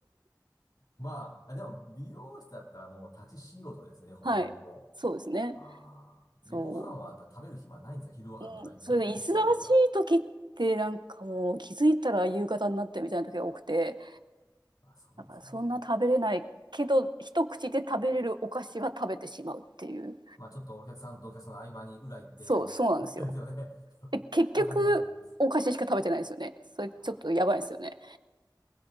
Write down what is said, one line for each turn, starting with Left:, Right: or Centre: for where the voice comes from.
Left: まあ、でも、美容室だったらもう立ち仕事ですね、ほぼほぼ。
Right: はい。そうですね。
Left: ああ。
Right: そう。
Left: で、ご飯はやっぱ食べる暇ないんですか昼ご飯とかゆっくり椅子に座ってとか。
Right: うん。それで、忙しい時って、なんかもう、気づいたら夕方になってみたいな時が多くて、
Left: まあ、そうですよね。
Right: だからそんな食べれないけど一口で食べれるお菓子は食べてしまうっていう
Left: まあちょっとお客さんとお客さんの合間に裏行って
Right: そうそうなんですよ
Left: <laughs> ですよね。<laughs>
Right: で結局お菓子しか食べてないですよねそれちょっとやばいですよね
Left: わかります、わかります。あ